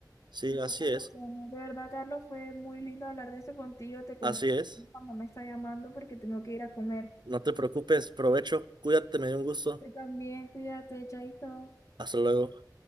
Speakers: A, on the right; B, on the left.
A: Sí,
B: Claro,
A: así es,
B: Tatiana. De verdad, Carlos, fue muy lindo hablar de esto contigo. Te cuento
A: así
B: que
A: es.
B: mi mamá me está llamando porque tengo que ir a comer.
A: No te preocupes, provecho, cuídate, me dio un gusto.
B: Tú también, cuídate, chaito.
A: Hasta luego.